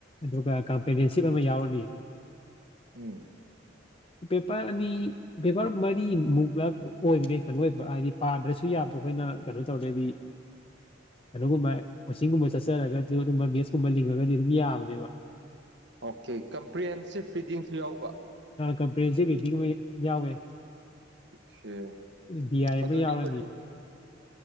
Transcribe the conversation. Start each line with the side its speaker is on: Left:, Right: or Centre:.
Left: ꯑꯗꯨꯒ ꯀꯝꯄꯅꯤꯁꯤ ꯌꯥꯎ ꯍ
Right: ꯎꯝ
Left: ꯄꯦꯄꯔꯅꯤ ꯄꯦꯕꯔ ꯃꯔꯤ ꯑꯣꯏꯕꯅꯦ ꯀꯩꯅꯣ ꯑꯣꯏꯕ ꯍꯥꯏꯗꯤ ꯄꯥꯗ꯭ꯔꯁꯨ ꯌꯥꯕ ꯑꯩꯈꯣꯏꯅ ꯀꯩꯅꯣ ꯇꯧꯔꯗꯤ ꯀꯩꯅꯣꯒꯨꯝꯕ ꯀꯣꯆꯤꯡꯒꯨꯝꯕ ꯆꯠꯆꯔꯒꯁꯨ ꯑꯗꯨꯝꯕꯕ ꯃꯦꯠꯁꯀꯨꯝꯕ ꯂꯤꯡꯉꯒꯗꯤ ꯑꯗꯨꯝ ꯌꯥꯕꯅꯦꯕ
Right: ꯑꯣꯀꯦ ꯀꯝꯄ꯭ꯔꯤꯍꯦꯟꯁꯤꯞ ꯔꯤꯗꯤꯡꯁꯨ ꯌꯥꯎꯕ
Left: ꯀꯝꯄ꯭ꯔꯦꯟꯁꯤꯞ ꯔꯤꯗꯤꯡ ꯑꯃ ꯌꯥꯎꯋꯦ
Right: ꯈꯦ
Left: ꯗꯤ ꯑꯥꯏ
Right: ꯑꯗꯨꯗꯤ
Left: ꯑꯃ ꯌꯥꯎꯔꯅꯤ
Right: ꯀ